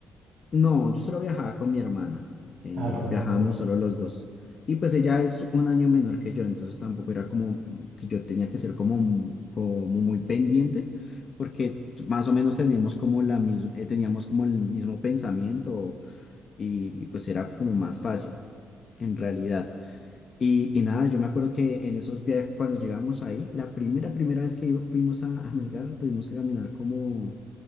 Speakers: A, on the left; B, on the right.
A: No, yo solo viajaba con mi hermana. eh,
B: Ah, con
A: viajábamos
B: tu hermano.
A: solo los dos. Y pues ella es un año menor que yo, entonces tampoco era como que yo tenía que ser como, mu- como muy pendiente, porque más o menos teníamos como la mis- eh, teníamos como el mismo pensamiento y, y pues era como más fácil en realidad. Y, y nada, yo me acuerdo que en esos viajes, cuando llegamos ahí, la primera, primera vez que iba- fuimos a, a Melgar, tuvimos que caminar como